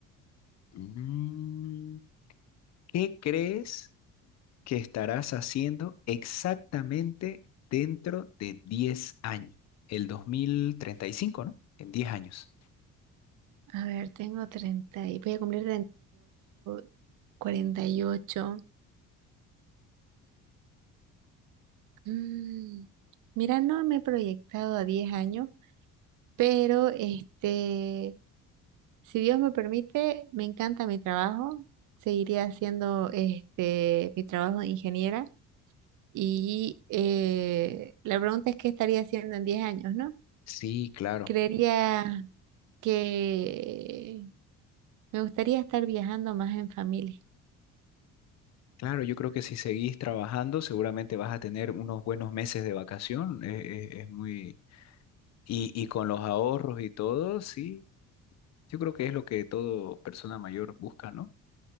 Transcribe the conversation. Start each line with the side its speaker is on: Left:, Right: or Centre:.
Left: mm, ¿Qué crees? que estarás haciendo exactamente dentro de 10 años, el 2035, ¿no? En 10 años.
Right: A ver, tengo 30 y voy a cumplir 38, 48. Mm, Mira, no me he proyectado a 10 años, pero este, si Dios me permite, me encanta mi trabajo. Seguiré haciendo este, mi trabajo de ingeniera. Y eh, la pregunta es, ¿qué estaría haciendo en 10 años, no?
Left: Sí, claro.
Right: Creería que Me gustaría estar viajando más en familia.
Left: Claro, yo creo que si seguís trabajando, seguramente vas a tener unos buenos meses de vacación. eh, eh, Es, muy... Y, y con los ahorros y todo, sí, yo creo que es lo que todo persona mayor busca, ¿no?